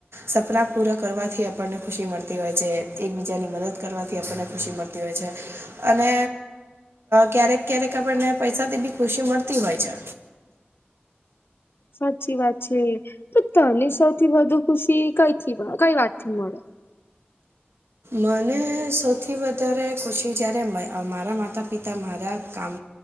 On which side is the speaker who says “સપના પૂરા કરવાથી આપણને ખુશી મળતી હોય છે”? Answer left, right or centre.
Right